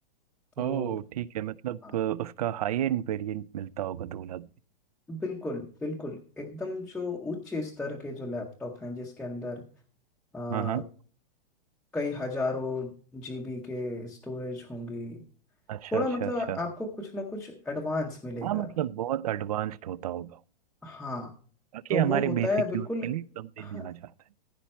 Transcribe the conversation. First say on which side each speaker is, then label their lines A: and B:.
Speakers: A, in the centre; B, on the right.
A: तो
B: ओह ठीक है मतलब
A: हाँ,
B: अ, उसका हाई एंड वेरिएंट मिलता होगा दो लाख में
A: बिल्कुल बिल्कुल एकदम जो उच्च स्तर के जो लैपटॉप हैं जिसके अंदर आ,
B: हाँ हाँ
A: कई हजारों जीबी के स्टोरेज होंगी
B: अच्छा
A: थोड़ा
B: अच्छा
A: मतलब
B: अच्छा
A: आपको कुछ ना कुछ एडवांस मिलेगा
B: हाँ मतलब बहुत एडवांस्ड होता होगा
A: हाँ
B: बाकी
A: तो
B: हमारे
A: वो होता
B: बेसिक
A: है बिल्कुल
B: यूज के लिए कम में
A: हाँ,
B: भी आ जाता है